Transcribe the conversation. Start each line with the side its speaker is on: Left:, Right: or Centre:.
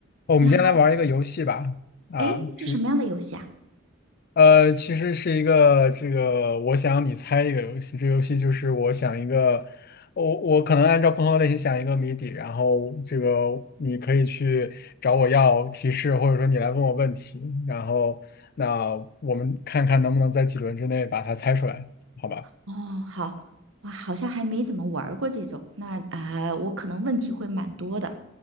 Left: 哦我们今天来玩一个游戏吧，
Right: 你好，
Left: 啊，
Right: 哎，
Left: 这
Right: 是什么样的游戏啊？
Left: 呃，其实是一个这个我想你猜一个游戏，这个游戏就是我想一个，我我可能按照不同的类型想一个谜底，然后这个你可以去找我要提示，或者说你来问我问题，然后那我们看看能不能在几轮之内把它猜出来，好吧？
Right: 哦，好，我好像还没怎么玩儿过这种，那啊、呃我可能问题会蛮多的。